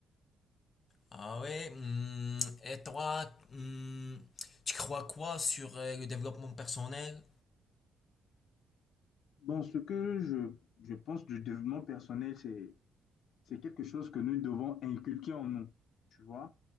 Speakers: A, on the left; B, on the left.
A: Ah ouais, hmm, et toi, hmm, tu crois quoi sur euh, le développement personnel?
B: Bon, ce que je, je pense du développement personnel, c'est, c'est quelque chose que nous devons inculquer en nous, tu vois.